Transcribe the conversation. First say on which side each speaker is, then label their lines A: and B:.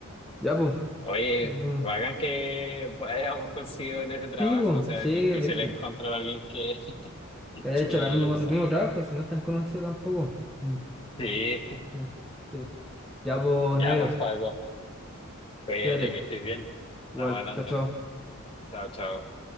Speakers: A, in the centre; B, on the left.
A: Ya, pues.
B: Oye,
A: Ya, pues.
B: bacán que pues, hayamos conseguido en ese trabajo.
A: Sí, pues,
B: O sea,
A: sí,
B: es difícil
A: Virgil.
B: encontrar a alguien que... <laughs>
A: Que haya hecho
B: que...
A: la mismo- el mismo trabajo, si no es tan conocido tampoco. Mm,
B: Sí,
A: sí, sí. Ya, pues,
B: ya
A: negro.
B: vos, Juaco. Cuídate
A: Cuídate.
B: que estés bien. Estamos
A: Igual.
B: hablando.
A: Chao, chao.
B: Chao, chao.